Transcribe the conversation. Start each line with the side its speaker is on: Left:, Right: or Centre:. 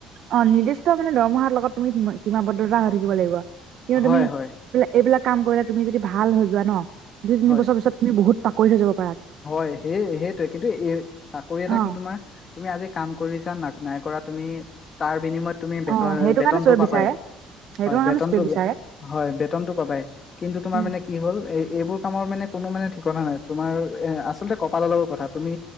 Right: অ নিৰ্দিষ্ট মানে দৰমহাৰ লগত তুমি সীমাবদ্ধতা হৈছিল। দিব লাগিব। ক
Left: হয়
Right: তুমি এইবিলাক
Left: হয়
Right: এইবিলাক কাম কৰিলে তুমি যদি ভাল হৈ যোৱা ন দু তিনিছৰ
Left: হয়
Right: পিছ তুমি বহুত পাকৰিত হৈ যাবা।
Left: হয় সেই সেইটোৱে কিন্তু এই চাক কৰি এটা
Right: অ
Left: কি তোমাৰ তুমি আজি কাম কৰিছা নাই নাই কৰা তুমি তাৰ বিনিময়ত তুমি বেতন
Right: অ সেইটো
Left: বেতনতটো
Right: কাৰণে চবে
Left: পাবাই
Right: বিচাৰে সেইটো
Left: হয়
Right: কাৰণে
Left: বেতনতটো
Right: চবে বিচাৰে
Left: হয় বেতনতটো পাবাই কিন্তু তোমাৰ
Right: উম
Left: মানে কি হ'ল এই এইবোৰ কামৰ মানে কোনো মানে ঠিকনা নাই তোমাৰ এ আচলতে কপাল লগৰ কথা তুমি